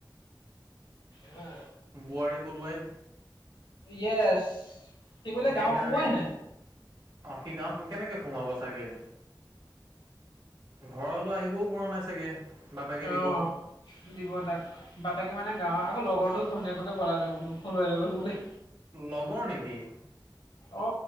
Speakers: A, on the left; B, on the right.
A: হা।
B: বোৱাৰী পলুৱাই
A: য়েছ! সি বোলে
B: সেইকাৰণে
A: গাওঁ সোমোৱাই
B: ই
A: নাই।
B: অ'! সি গাঁৱত কেনেকে সোমাব চাগে? ঘৰলৈ আহিবও পৰা নাই চাগে বাপেকে
A: অ।
B: দিব।
A: দিব তাক বাপেকে মানে গাঁৱৰ আকৌ, লগৰটো ঘৈনীয়েককে পলাই লৈ পলুৱাই লৈ গ'ল বোলে
B: লগৰ নেকি?
A: অ,